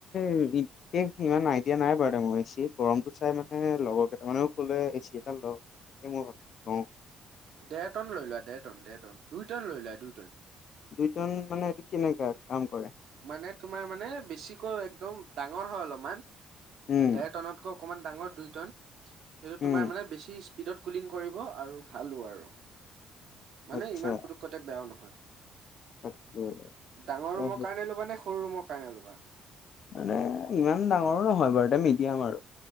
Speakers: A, on the left; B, on the right.
A: <unintelligible> সেহ ইমান আইডিয়া নাই বাৰু দে মোৰ এচিৰ গৰমটো চাই মানে লগৰ কেইটামানেও কলে এচি এটা লও এই মোৰ অ
B: ঢেৰ টন লৈ লোৱা ঢেৰ টন ঢেৰ টন দুই টন লৈ লোৱা দুই টন
A: দুইটন মানে এইটো কেনেকা কাম কৰে
B: মানে তোমাৰ মানে বেছিকৈ একদম ডাঙৰ হয় অলপমান
A: উম
B: ঢেৰ টনত অকমান ডাঙৰ দুই ন সেইটো
A: উম
B: তোমাৰ মানে বেছি স্পি স্পীডত কুলিং কৰিব আৰু ভালো আৰু মানে
A: আচ্ছা
B: ইমান পোটোককৈ বেয়াও নহয়
A: তাকে
B: ডাঙৰ
A: অ
B: ৰুমৰ কাৰণে ল'বা নে সৰু ৰুমৰ কাৰণে ল'বা
A: মানে ইমান ডাঙৰো নহয় বাৰু দে মিডিয়াম আৰু